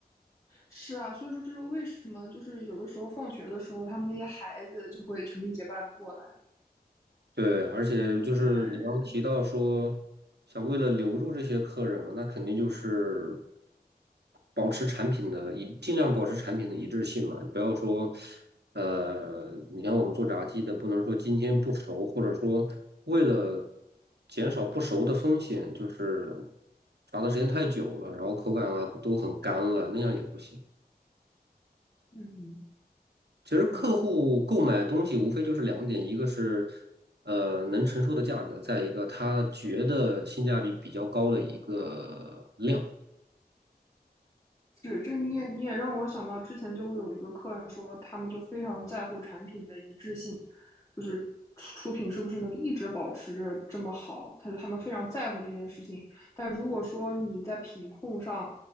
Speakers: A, on the left; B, on the right.
A: 是啊，所以说这是为什么，就是有的时候放学的时候，他们那些孩子就会成群结伴的过来。
B: 对，而且就是你刚刚提到说，
A: 对，
B: 想为了留住这些客人嘛，那肯定就是。保持产品的一，尽量保持产品的一致性嘛，不要说，呃，你看我们做炸鸡的，不能说今天不熟，或者说为了减少不熟的风险，就是炸的时间太久了，然后口感啊都很干了，那样也不行。
A: 嗯，
B: 其实客户购买东西无非就是两点，
A: 嗯。
B: 一个是呃能承受的价格，再一个他觉得性价比比较高的一个量。
A: 是，这你也你也让我想到之前就会有一个客人说，他们就非常在乎产品的一致性，就是出出品是不是能一直保持着这么好，他就他们非常在乎这件事情。但如果说你在品控上